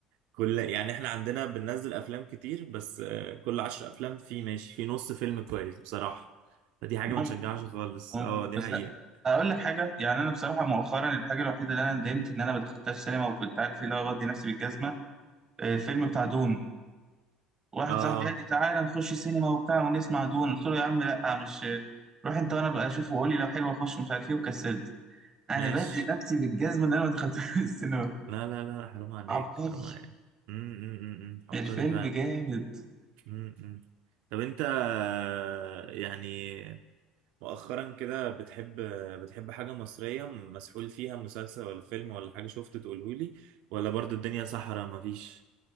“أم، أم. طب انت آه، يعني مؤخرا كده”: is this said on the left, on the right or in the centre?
Right